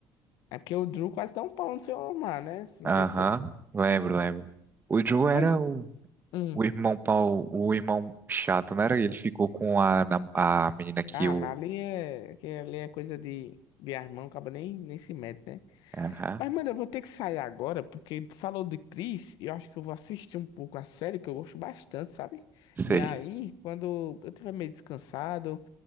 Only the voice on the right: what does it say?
Aham,
lembro, lembro. O Joe
era o,
o irmão pau, o irmão chato, não era? Ele ficou com a, na- a menina que
o.
Aham,
sei.